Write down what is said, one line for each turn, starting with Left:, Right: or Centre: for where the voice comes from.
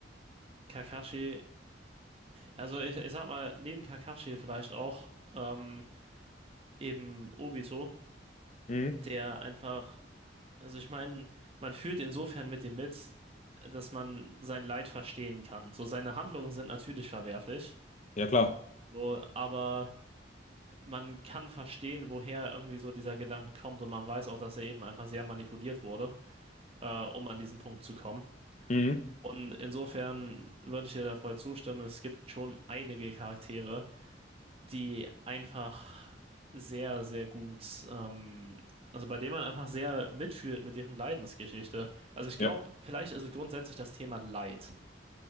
Right: Kakashi, also ich, ich sag mal, neben Kakashi vielleicht auch ähm, eben Obito,
Left: Mhm.
Right: der einfach, also ich meine, man fühlt insofern mit dem mit, dass man sein Leid verstehen kann. So, seine Handlungen sind natürlich verwerflich,
Left: Ja, klar.
Right: so, aber man kann verstehen, woher irgendwie so dieser Gedanke kommt und man weiß auch, dass er eben einfach sehr manipuliert wurde, äh, um an diesen Punkt zu kommen.
Left: Mhm.
Right: Und insofern würde ich dir da voll zustimmen. Es gibt schon einige Charaktere, die einfach sehr, sehr gut, ähm, also bei denen man einfach sehr mitfühlt mit deren Leidensgeschichte. Also ich
Left: Ja.
Right: glaube, vielleicht ist es grundsätzlich das Thema Leid.